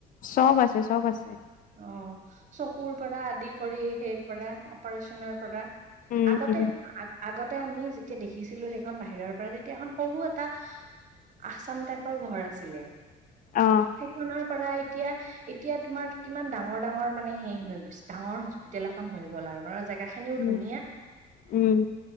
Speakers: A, on the left; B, on the right.
A: চব আছে চব আছে।
B: অ চকুৰ পৰা আদি কৰি সেইৰ পৰা অপাৰচনৰ পৰা
A: উম
B: আগতে
A: উম
B: আগতে তে আমি যেতিয়া দেখিছিলো সেইখন বাহিৰৰ পৰা তেতিয়া এখন সৰু এটা আছাম টাইপৰ ঘৰ আছিলে।
A: অ
B: সেইখনৰ পৰা এতিয়া এতিয়া তোমাৰ। ইমান ডাঙৰ ডাঙৰ মানে হেৰি হৈ গৈছে ডাঙৰ হস্পিটেল এখন হৈ গ'ল আৰু মানে জ। জো খিও
A: উম
B: ধুনীয়া,
A: উম